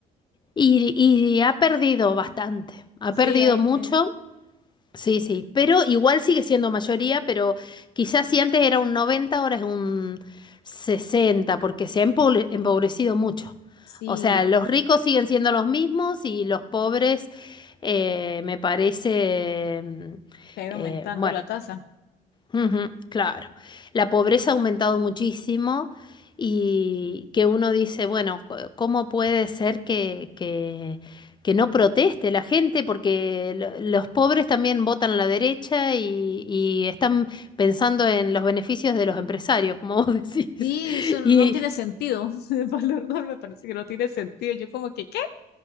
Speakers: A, on the left; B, on the left.
A: Y, y ha perdido bastante, ha
B: Sí,
A: perdido
B: hay,
A: mucho.
B: hay-
A: Sí, sí, pero igual sigue siendo mayoría, pero quizás si antes era un 90 ahora es un 60, porque se ha empobre- empobrecido mucho.
B: sí,
A: O sea, los ricos siguen siendo los mismos y los pobres, eh, me parece, mm,
B: que ha ido
A: eh,
B: aumentando
A: bueno,
B: la tasa.
A: Ujú, claro, la pobreza ha aumentado muchísimo y que uno dice, bueno, co- ¿cómo puede ser que, que, que no proteste la gente? Porque lo- los pobres también votan a la derecha y, y están pensando en los beneficios de los empresarios, como vos <laughs> decís.
B: Sí, eso no
A: Y,
B: tiene sentido. <laughs> El valor no me parece que no tiene sentido. Yo como que, ¿qué?